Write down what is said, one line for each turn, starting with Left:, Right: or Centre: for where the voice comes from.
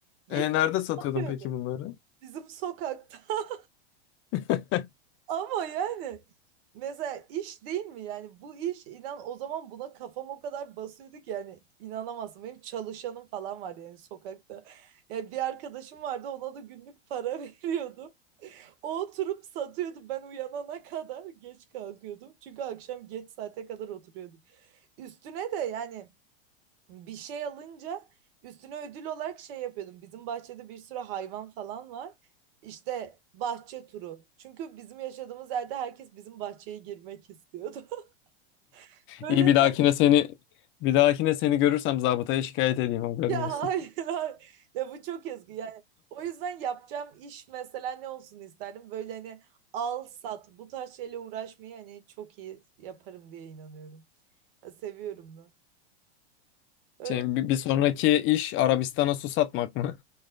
Right: Getirip
Left: E, nerede satıyordun
Right: satıyordum
Left: peki bunları?
Right: bizim sokakta. <laughs>
Left: <laughs>
Right: Ama yani mesela iş değil mi? Yani bu iş inan o zaman buna kafam o kadar basıyordu ki yani inanamazsın. Benim çalışanım falan var yani sokakta. Yani bir arkadaşım vardı ona da günlük para <laughs> veriyordum. O oturup satıyordu ben uyanana kadar geç kalkıyordum. Çünkü akşam geç saate kadar oturuyordum. Üstüne de yani bir şey alınca üstüne ödül olarak şey yapıyordum. Bizim bahçede bir sürü hayvan falan var. İşte bahçe turu. Çünkü bizim yaşadığımız yerde herkes bizim bahçeye girmek istiyordu. <laughs> Böyle
Left: İyi bir dahakine seni bir dahakine seni görürsem zabıtaya şikayet edeyim haberin
Right: Ya
Left: olsun.
Right: hayır, hayır. Ya bu çok yazgı. Yani o yüzden yapacağım iş mesela ne olsun isterdim. Böyle hani al sat bu tarz şeyle uğraşmayı hani çok iyi yaparım diye inanıyorum. Ya seviyorum da. Öyle.
Left: Şey, bir, bir sonraki iş Arabistan'a su satmak mı?